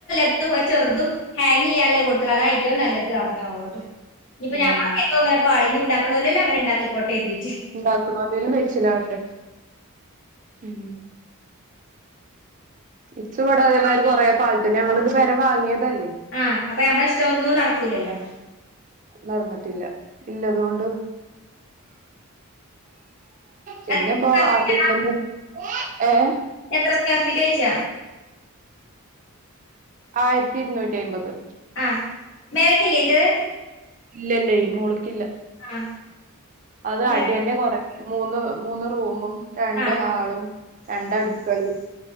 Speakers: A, on the left (about 60°); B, on the right (about 35°).
A: തും ഒര് ചെറ്തും ഹാങ്യ്യാല്ലത് കൊട്ത്ത്ണ് അതാ ഏറ്റവും നല്ലത്റ്ഞ്ഞ് ഞാൻ ഓളോട് ഇഞ്ഞ്പ്പൊ
B: ഉം
A: ഞമ്മളെ പേരക്കോങ്ങനെ പാളി ഇനി ഇണ്ടക്ക്ണോല്ലേലും അങ്ങനെ ഇണ്ടക്കികോട്ടേര്തീട്ട്
B: ഇണ്ടാക്ക്ണോലേലും കഴിച്ചിലാവട്ടെ ഉം ഇച്ച് ഇബടെ അതേമാരി കൊറെ പാള്ട്ടെന്നെ ഞങ്ങള്ത് പേര വാങ്ങിയതല്ലേ.
A: ആഹ് അപ്പൊ നമ്മളെ ഇഷ്ട ഒന്നും നടക്കൂലല്ലോ
B: നടന്നിട്ടില്ല ഇല്ലതുകൊണ്ട് പിന്നെപ്പോ
A: അത്
B: ആദിക്കെന്ന്
A: ആ?
B: ഏഹ്
A: എത്ര സ്ക്വയർ ഫീറ്റോയിച്ച
B: ആയിര്ത്തി ഇരുന്നൂറ്റി അയ്മ്പത്.
A: ആഹ് മേലക്ക്ല്ലേയിന്റെത്
B: ഇല്ല ഇല്ലേയ് മോള്ക്കില്ല
A: ആ
B: അത്
A: മേലക്ക്.
B: അടിയെന്നെ കൊറ മൂന്ന് മൂന്ന് റൂമും രണ്ട്
A: ആ
B: ഹാളും രണ്ടടുക്കളീം